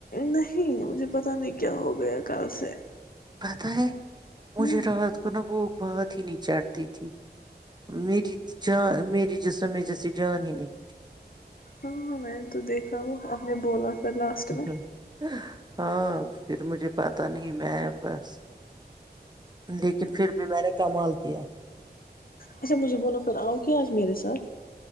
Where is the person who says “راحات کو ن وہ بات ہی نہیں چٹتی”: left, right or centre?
Right